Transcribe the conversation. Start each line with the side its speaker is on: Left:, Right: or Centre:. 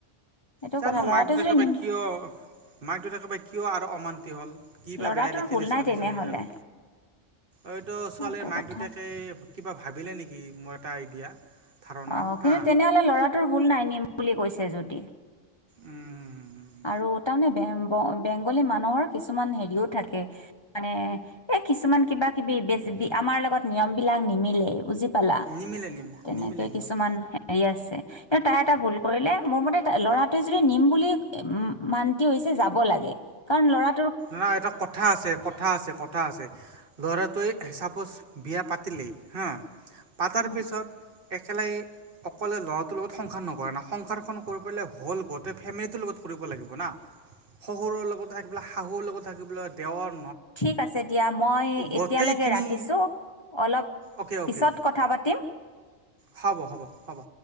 Left: সেইটো
Right: জানো
Left: কথা ল'ৰাটোৱে
Right: মাক দেউতাকে
Left: যদি
Right: বা
Left: নিম
Right: কিয় মাক দেউতাকে বা কিয় আৰু অমান্তি হল কি বা
Left: ল'ৰাটোৰ
Right: বেয়া দেখিলে
Left: ভুল নাই
Right: ছোৱালীজনীৰ
Left: তেনেহ'লে
Right: আৰু এইতো
Left: সেইটো
Right: ছোৱালীৰ মাক
Left: কথা
Right: দেউতাকে কিবা ভাবিলে নেকি মোৰ এটা আইডিয়া ধাৰণা
Left: অ কিন্তু
Right: হা
Left: তেনেহলে লৰাটোৰ ভুল নাই নিম বুলি কৈছে য়ে যদি,
Right: উম
Left: আৰু তাৰ মানে বেম ব বেংগলী মানুহৰ কিছুমান হেৰিও থাকে মানে এই কিছুমান কিবা কিবি বেছ বি আমাৰ লগত নিয়ম বিলাক নিমিলে বুজি পালা
Right: নিমিলে নিমিলে
Left: তেনেকে
Right: নিমিলে
Left: সেই
Right: নিমিলে
Left: কিছুমান হেৰি আছে কিন্তু তাই এটা ভুল কৰিলে মোৰ মতে ল'ৰাটোৱে যদি নিম বুলি মান্তি হৈছে যাব লাগে কাৰণ ল'ৰা
Right: না এটা কথা আছে কথা আছে কথা আছে ধৰা তই চাপ'জ বিয়া পাতিলে হা পাতাৰ
Left: উম,
Right: পিছত একেলাই অকলে ল'ৰাটোৰ লগত সংসাৰ নকৰে না সংসাৰখন কৰিবলে হ'ল গোটেই ফেমিলিটোৰ লগত কৰিব লাগিব না শহুৰৰ লগত থাকি পেলাই শাহুৰ লগত থাকিবলৈ দেওৰ
Left: ঠিক আছে দিয়া মই
Right: গোটেইখিনি
Left: এতিয়ালৈকে ৰাখিছো অলপ
Right: অ'কে
Left: পিছত
Right: অ'কে
Left: কথা পাতিম
Right: হ'ব হ'ব হ'ব